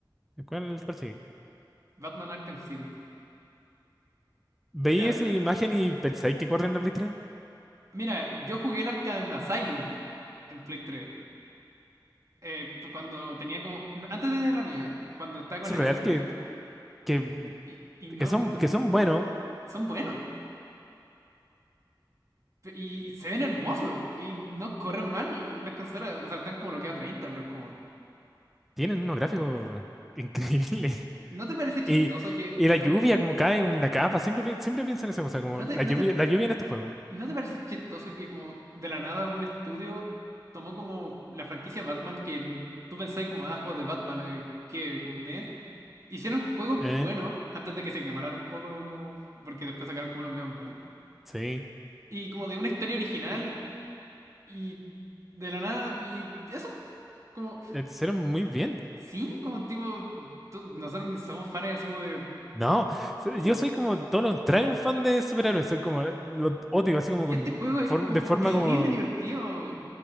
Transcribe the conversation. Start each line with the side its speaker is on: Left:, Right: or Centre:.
Centre: ¿Cuál, cuál sigue?
Right: Batman Arkham City.
Centre: ¿Veis
Right: Mira,
Centre: esa imagen y pensáis que corren en la Play 3?
Right: mira, yo jugué el Arkham Asylum en Play 3, eh, cuando tenía como, no, antes de tener la mía, cuando estaba con
Centre: Es
Right: la
Centre: real
Right: casa de un
Centre: que,
Right: tío.
Centre: que,
Right: Y, y no,
Centre: que son,
Right: no,
Centre: que son buenos,
Right: son buenos y se ven hermosos y no corren mal en las consolas. O sea, están como bloqueados a 30 pero es como.
Centre: tienen unos gráficos increíbles. <laughs>
Right: ¿No te parece chistoso
Centre: Y,
Right: que,
Centre: y la lluvia
Right: como.
Centre: como cae en la capa, siempre, pi- siempre pienso en esa cosa, como
Right: ¿No
Centre: la
Right: te, no
Centre: lluvia,
Right: te,
Centre: la lluvia en estos juegos.
Right: no te parece chistoso que, como, de la nada un estudio tomó como la franquicia Batman que n- tú pensás como, ah, juegos de Batman, eh, que, como NES. Hicieron juegos
Centre: Eh,
Right: buenos antes de que se quemaran un poco, como. Porque después sacaron como unos medios malos.
Centre: sí,
Right: Y como de una historia original y de la nada, y eso. Como,
Centre: eh, hicieron muy bien.
Right: Sí, como tipo, tú- nosotros ni somos fans así como de,
Centre: No, so-
Right: como,
Centre: yo soy como todo lo contrario, un fan de superhéroes, soy como, eh, lo odio, así como
Right: y
Centre: con,
Right: este juego es
Centre: form-
Right: como
Centre: de forma
Right: terrible
Centre: como,
Right: divertido.